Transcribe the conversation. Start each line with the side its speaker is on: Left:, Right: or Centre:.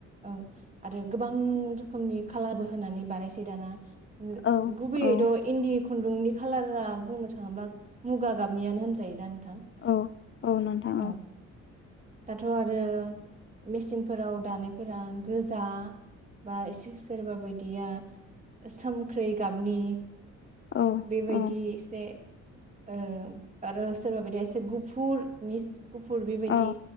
Right: औ आरो गोबां रोखोमनि खालारबो होनानै बानायसै दाना । ओ
Left: औ
Right: गुबैयै
Left: औ
Right: थ' इन्दि खुन्दुंनि खालारा बुंनो थाङोब्ला मुगा गाबनियानो होनजायो दा नोंथां
Left: औ औ नोंथां
Right: औ दाथ' आरो मेसिनफोराव दानायफोरा गोजा बा एसे सोरबा बायदिया सोमख्रै गाबनि
Left: औ
Right: बेबायदि
Left: औ
Right: एसे ओ आरो सोरबा बियदि एसे गुफुर मिस गुफुर बेबायदि
Left: औ